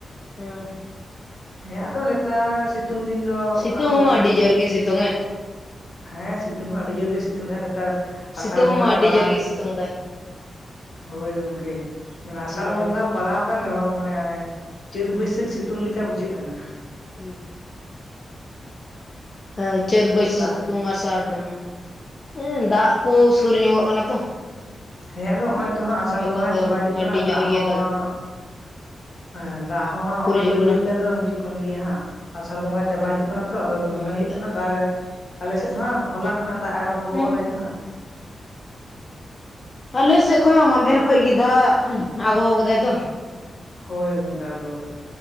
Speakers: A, on the left; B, on the left.
A: ᱦᱮ
B: ᱦᱮᱸ ᱟᱫᱚ ᱱᱮᱛᱟᱨ ᱥᱤᱛᱩᱝ ᱫᱤᱱ ᱫᱚ
A: ᱥᱤᱛᱩᱝ
B: ᱚᱱᱟ ᱠᱚᱫᱚ
A: ᱦᱚᱸᱢᱟ ᱟᱹᱰᱤ ᱡᱳᱨ ᱜᱮ ᱥᱤᱛᱩᱝ ᱮᱫ
B: ᱦᱮᱸ ᱥᱤᱛᱩᱝ ᱦᱚᱸ ᱟᱹᱰᱤ ᱡᱳᱨᱜ ᱥᱤᱛᱩᱝ ᱮᱼᱟ ᱱᱮᱛᱟᱨ ᱟᱥᱟᱲ
A: ᱥᱤᱛᱩᱝ
B: ᱵᱚᱸᱜᱟ
A: ᱦᱚᱸᱢᱟ ᱟᱹᱰᱤ
B: ᱯᱟᱲᱟᱣ
A: ᱡᱳᱨ ᱜᱮ ᱥᱤᱛᱩᱝ ᱫᱟᱭ᱾
B: ᱦᱳᱭ ᱜᱚᱝᱠᱮ ᱢᱟᱱᱮ ᱟᱥᱟᱲ
A: ᱦᱮᱸ᱾
B: ᱵᱚᱸᱜᱟ ᱯᱟᱲᱟᱣ ᱠᱟᱱ ᱨᱮᱦᱚᱸ ᱢᱚᱱᱮ ᱟᱱᱮ ᱪᱟᱹᱛ ᱵᱟᱹᱭᱥᱟᱹᱠᱷ ᱥᱤᱛᱩᱝ ᱞᱮᱠᱟ ᱵᱩᱡᱷᱟᱹᱜ ᱠᱟᱱᱟ
A: ᱩᱸᱦ ᱦᱮᱸ ᱪᱟᱹᱛ ᱵᱟᱹᱭᱥᱟᱹᱠᱷ
B: ᱫᱟᱜ
A: ᱥᱤᱛᱩᱝ
B: ᱜᱮ
A: ᱟᱥᱟᱲ ᱨᱮᱦᱚ ᱦᱮᱸ ᱫᱟᱜ ᱠᱚ ᱥᱩᱨ ᱧᱚᱜᱚᱜ ᱠᱟᱱᱟ ᱛᱚ
B: ᱦᱮᱸᱭᱟ ᱟᱫᱚ ᱱᱚᱜ ᱚᱚᱭ ᱛᱚᱦᱟᱜ ᱟᱥᱟᱲ
A: ᱮᱠᱷᱚᱱ
B: ᱵᱚᱸᱜᱟ
A: ᱫᱚ
B: ᱪᱟᱵᱟ ᱦᱤᱡᱩᱜ ᱠᱟᱱᱟ
A: ᱟᱹᱰᱤ
B: ᱫᱟᱜ
A: ᱡᱳᱨ
B: ᱦᱚᱸ
A: ᱜᱮ ᱫᱟᱜᱟ
B: ᱦᱟᱸᱜ ᱮ ᱫᱟᱜ ᱦᱚᱸ ᱦᱚᱸᱜᱼᱚᱭ
A: ᱥᱩᱨ ᱦᱤᱡᱩᱜ
B: ᱵᱟᱹᱭ
A: ᱠᱟᱱᱟ
B: ᱵᱟᱹᱭᱛᱮ ᱟᱫᱚ ᱦᱤᱡᱩᱜ ᱠᱟᱱ ᱜᱮᱭᱟ ᱦᱟᱸᱜ ᱟᱥᱟᱲ ᱵᱚᱸᱜᱟ ᱪᱟᱵᱟ ᱦᱤᱡᱩᱜ ᱠᱟᱱᱟ ᱛᱚ ᱟᱫᱚ
A: ᱦᱩᱸ
B: ᱢᱚᱱᱮ ᱦᱩᱭᱩᱜ
A: ᱛᱚ
B: ᱠᱟᱱᱟ ᱫᱟᱜᱟᱭ ᱟᱞᱮᱥᱮᱫ ᱫᱚᱦᱟᱸᱜ ᱦᱚᱞᱟ ᱠᱷᱚᱱᱟᱜ ᱫᱟᱜ ᱮ ᱟᱨᱟᱢᱵᱷᱚ
A: ᱦᱮᱸ
B: ᱟᱠᱟᱫᱟᱭ ᱛᱚ ᱦᱟᱸᱜ
A: ᱟᱞᱮ ᱥᱮᱫ ᱠᱷᱚᱱ ᱦᱚᱸ ᱢᱟᱦᱫᱷᱮᱨ ᱠᱷᱚᱡ ᱜᱮ ᱫᱟᱜ ᱟᱜᱩ ᱠᱟᱫᱟᱭ ᱛᱚ
B: ᱦᱳᱭ ᱜᱚᱢᱠᱮ ᱟᱬᱜᱚ ᱠᱟᱫᱟᱭ